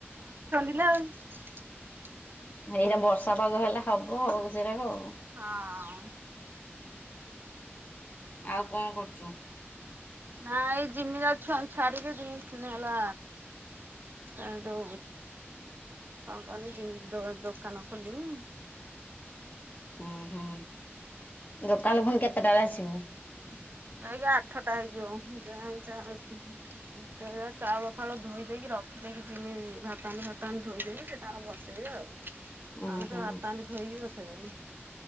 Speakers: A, on the right; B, on the left.
A: <unintelligible>
B: ଏଇରା ବର୍ଷା ପାଗ ହେଲେ ହବ ଆଉ ସେରାକ ଆଉ।
A: ହଁ।
B: ଆଉ କଣ କରୁଚୁ?
A: ନା ଏଇ ଜିମିି ଯାଉଚି ଛାଡିକି ଜିନି କିିନ ହେଲା। ତାର କଣ କଲି ଯେମତି ଦୋକାନ ଖୋଲିମି।
B: ହୁଁ ହୁଁ ଦୋକାନ ଫୁଣି କେତେଟାରେ ଆସିବୁ?
A: <unintelligible> ଆଜ୍ଞା ଆଠଟା ହେଇଯିବ ଯ ସେ ଚାଉଳ ଫାଉଳ ଧୋଇ ଦେଇକି ରଖ ଯକି ଜିମି ଭାତୁ ଭତା ଧୋଇଦବି ସେ ତାର ବସେଇ ଆଉ। ନହେଲେ
B: ଉଁ ହୁଁ।
A: ସେ ଭାତ ହାଣ୍ଡି ଧୋଇକି ବାନେଇବେନି।